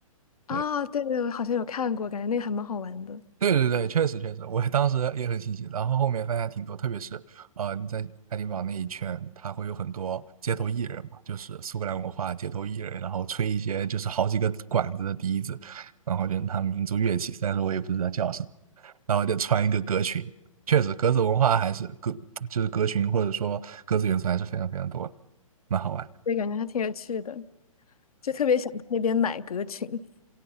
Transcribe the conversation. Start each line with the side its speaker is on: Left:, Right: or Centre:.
Right: 对
Left: 啊，对对，我好像有看过，感觉那个还蛮好玩的，
Right: 对对对，确实确实，我当时也很新奇，然后后面发现还挺多，特别是呃你在爱丁堡那一圈，他会有很多街头艺人嘛，就是苏格兰文化街头艺人，然后吹一些就是好几个管子的笛子，然后就是他们民族乐器，虽然说我也不知道叫什么。然后就穿一个格裙。确实，格子文化还是格就是格裙或者说格子元素还是非常非常多的，蛮好玩
Left: 对，感觉还挺有趣的，就特别想去那边买格裙。